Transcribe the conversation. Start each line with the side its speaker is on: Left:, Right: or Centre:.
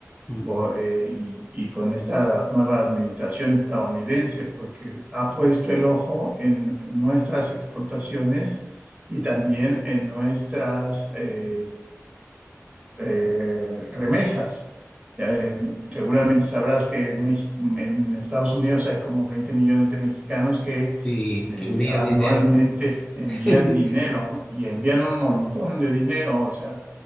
Left: mm,
Right: por, eh, y, y con esta nueva administración estadounidense, porque ha puesto el ojo en nuestras exportaciones y también en nuestras eh, eh, remesas. Ya, eh, seguramente sabrás que en, Mex- en Estados Unidos hay como 20 millones de mexicanos que
Left: sí,
Right: eh,
Left: que envían
Right: anualmente
Left: dinero.
Right: envían
Left: <laughs>
Right: dinero y envían un montón de dinero. O sea,